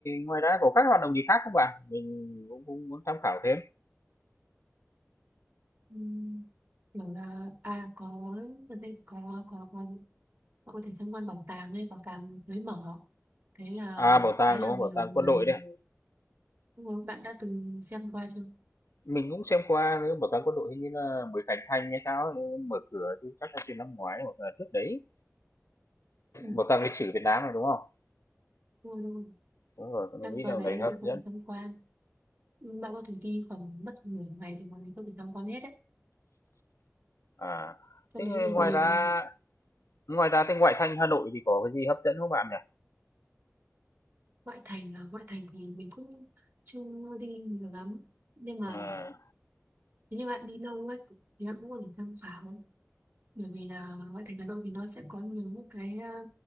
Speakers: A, on the left; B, on the right.
A: ngoài ra có các hoạt động gì khác không bạn? Mình cũng cũng muốn tham khảo thêm.
B: Ừ. kiểu là à có ở đây có có có họ có thể tham quan bảo tàng hay bảo tàng mới mở thế là
A: À, bảo tàng,
B: khá là
A: đúng không?
B: nhiều
A: Bảo tàng
B: người
A: quân đội đấy à?
B: đúng rồi bạn đã từng xem qua chưa
A: Mình cũng xem qua cái bảo tàng quân đội hình như là mới khánh thành hay sao ấy, mở cửa chứ chắc là từ năm ngoái hoặc là trước đấy.
B: ừ.
A: Bảo tàng lịch sử Việt Nam này, đúng không?
B: đúng rồi, đúng rồi.
A: Đúng rồi, mình
B: xem
A: nghĩ
B: qua
A: là
B: đấy
A: đấy hấp
B: thì có
A: dẫn.
B: thể tham quan bạn có thể đi khoảng mất nửa ngày để mà mình có thể tham quan hết đấy
A: À,
B: trong
A: thế
B: đấy thì
A: ngoài
B: nhiều
A: ra ngoài ra thì ngoại thành Hà Nội thì có cái gì hấp dẫn không bạn nhỉ?
B: ngoại thành à, ngoại thành thì mình cũng chưa đi nhiều lắm nhưng mà
A: À,
B: nếu như bạn đi lâu ấy thì bạn cũng có thể tham khảo bởi vì là ngoại thành Hà Nội thì nó sẽ có nhiều những cái ờ,